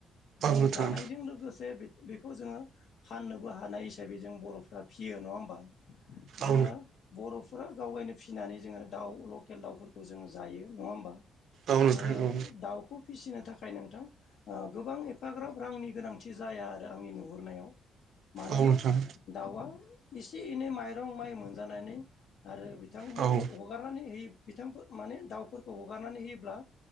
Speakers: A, on the left (about 70°); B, on the right (about 70°).
A: जों
B: नोंथां
A: जानायजों लोगोसे बेखौ जोङो फाननोबो हानाय हिसाबै जों बर'फ्रा फियो नङा होमबा? जोङो
B: औ
A: बर'फोरा गावगायनो फिसिनानै जोङो दाउ लकेल दाउफोरखौ जोङो जायो नङा होमबा?
B: औ नोंथां औ नोंथां
A: आरो
B: औ
A: दाउखौ फिसिनो था खाय नोंथां ओ गोबां एफाग्राब रांनि गोनांथि जाया आरो आंनि नुहुरनायाव। मानोना
B: औ नोंथां औ नोंथां औ नोंथां औ नोंथां औ नोंथां
A: दाउआ एसे एनै माइरं माइ मोनजानानै आरो बिथांमोनखौ
B: औ नोंथां औ नोंथां औ नोंथां औ नोंथां औ नोंथां
A: हगारनानै होयो बिथांखौ माने दाउफोरखौ हगारनानै होयोब्ला